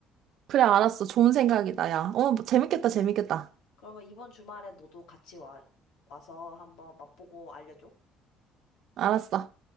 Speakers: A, on the right; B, on the left.
A: 그래, 알았어. 좋은 생각이다, 야. 어, 재밌겠다, 재밌겠다.
B: 그러면 이번 주말에 너도 같이 와 와서 한번 맛보고 알려줘.
A: 알았어.